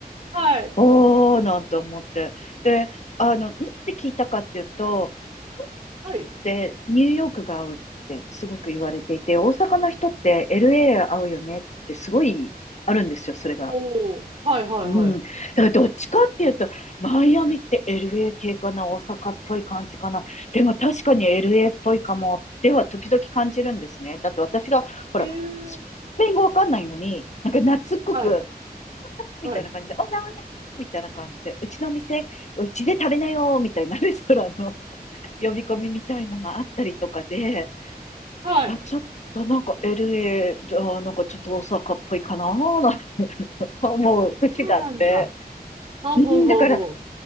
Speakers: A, on the right; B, on the left.
A: はい。
B: おーなんて思って。で、あの、なんで聞いたかっていうと、東京の人ってニューヨークが合うってすごく言われていて、
A: はい。
B: 大阪の人って LA 合うよねってすごいあるんですよ、それが。
A: おー、はいはいはい。
B: うん。だからどっちかっていうと、マイアミって LA 系かな、大阪っぽい感じかな。でも確かに LA っぽいかも、では時々感じるんですね。だって私が、ほら、
A: えー、
B: スペイン語わかんないのに、なんか懐っこく、
A: はい、
B: みたいな感じで、
A: はい。
B: オラオラみたいな感じで、うちの店、うちで食べなよ、みたいなレストランの <laughs> 呼び込みみたいのもあったりとかで、
A: はい。
B: あ、ちょっとなんか LA、あなんかちょっと大阪っぽいかな、なんて思う節があって。
A: そうなんだ。ほうほうほうほう。
B: うん、だから、